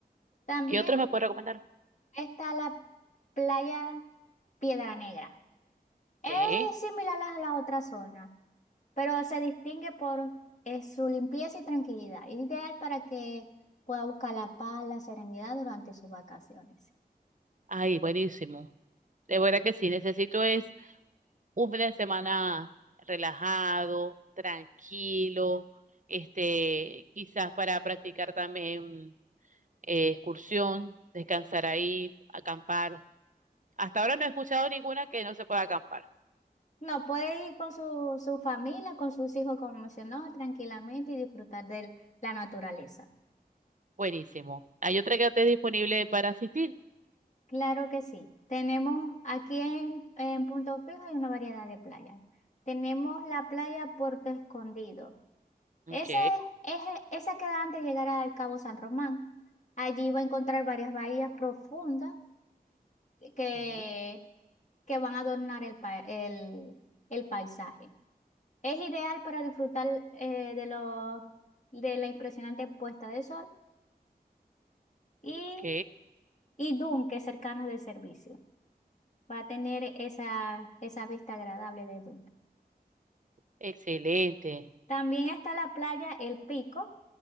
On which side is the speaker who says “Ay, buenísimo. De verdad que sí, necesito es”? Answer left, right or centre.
Right